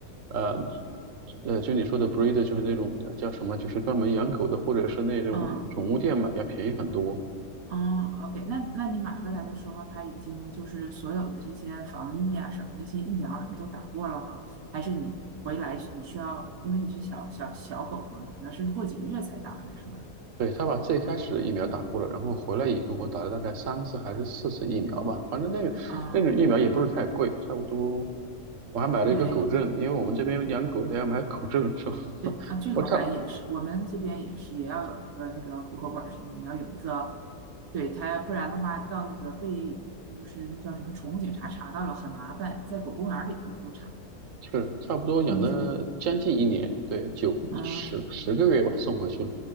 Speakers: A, on the right (about 65°); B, on the right (about 80°).
A: 呃，呃，就你说的 breed 就是那种叫什么，就是专门养狗的，或者是那种宠物店买要便宜很多。
B: 啊啊，OK，那那你买回来的时候，它已经就是所有的这些防疫啊什么那些疫苗什么都打过了吗？还是你回来你需要，因为你是小小小狗嘛，可能是过几个月才打的是吧？
A: 对，他把最开始的疫苗打过了，然后回来以后我打了大概三次还是四次疫苗吧，反正那个那种疫苗也不是太贵，
B: 啊，
A: 差不多。我还买了一个狗证，
B: 对
A: 因为我们这边养狗的要买狗证，是吧？
B: 对，
A: <laughs>
B: 啊，这块儿好像也是，
A: 我差
B: 我们这边也是，也要有一个那个户口本儿似的，你要有一个，对他，要不然的话，到那个被就是那叫什么宠物警察查到了，很麻烦，在狗公园儿里他们都查。
A: 是差不多养了将近一年，
B: 嗯。
A: 对，九十十个月吧，
B: 嗯，
A: 送回去了。